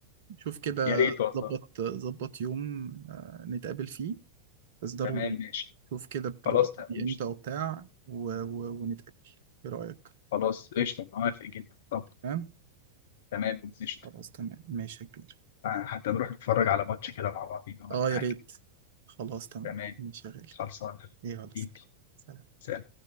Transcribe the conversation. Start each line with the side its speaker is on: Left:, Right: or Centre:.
Right: شوف كده
Left: يا ريت والله
Right: ظبط ظبط يوم آه، نتقابل فيه بس ضروري
Left: تمام
Right: يعني.
Left: ماشي
Right: شوف كده بتبقى
Left: خلاص تمام
Right: فاضي امتى
Left: قشطة
Right: وبتاع و... و... ونتقابل ايه رأيك
Left: خلاص قشطة موافق جدا طب
Right: تمام
Left: تمام قشطة
Right: خلاص تمام ماشي يا كبير
Left: حتى نروح نتفرج على ماتش كده مع بعضينا ولا
Right: اه
Left: حاجة
Right: يا ريت خلاص تمام
Left: تمام
Right: ماشي يا غالي
Left: خلصان
Right: إيه، يلا
Left: حبيبي
Right: سلام سلام.
Left: سلام